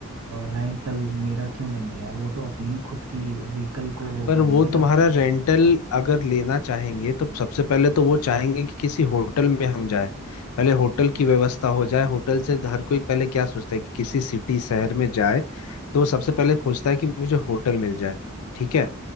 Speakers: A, on the right; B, on the left.
A: रेंटल मेरा क्यों लेंगे यार वो तो अपनी खुद की व्हीकल को वो
B: पर
A: करेंगे
B: वो तुम्हारा
A: ना
B: रेंटल अगर लेना चाहेंगे तो सबसे पहले तो वो चाहेंगे कि किसी होटल में हम जाए पहले होटल की व्यवस्था हो जाए होटल से हर कोई पहले क्या सोचता है कि किसी सिटी शहर में जाए तो वो सबसे पहले खोजता है कि मुझे होटल मिल जाए ठीक है